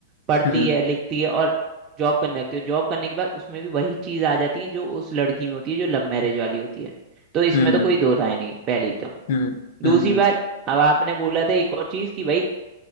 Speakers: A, on the right; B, on the left.
A: पढ़ती
B: हम्म
A: है लिखती है और जॉब करने लगती है जॉब करने के बाद उसमें भी वही चीज आ जाती है जो उस लड़की में होती है जो लव मैरिज वाली होती है तो इसमें
B: हम्म
A: तो कोई दो राय नहीं है, पहली तो
B: हम्म
A: दूसरी
B: हम्म हम्म
A: बात अब आपने बोला था एक और चीज कि भाई